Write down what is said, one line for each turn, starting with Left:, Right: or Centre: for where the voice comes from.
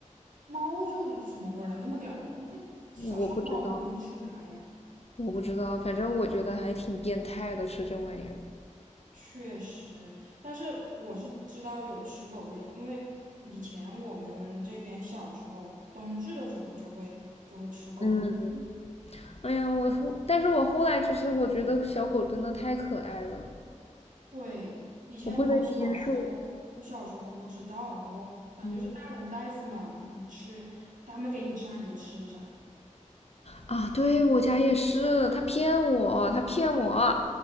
Right: 猫肉什么味儿啊？那么点儿，那小时候猫能吃啥呀？
Left: 我不知道，我不知道，反正我觉得还挺变态的，吃这玩意儿。
Right: 确实，但是我是知道有吃狗肉，因为以前我们这边小时候冬至的时候就会就会吃狗。
Left: 嗯哎呀，我后，但是我后来就是我觉得小狗真的太可爱了，
Right: 对，以前我小时候我小时候不知道，
Left: 我不能接受。
Right: 然后反正就是大人带去嘛，
Left: 嗯
Right: 就你吃，他们给你吃啥你就吃啥，
Left: 啊，对我家也是，他骗我，他骗我，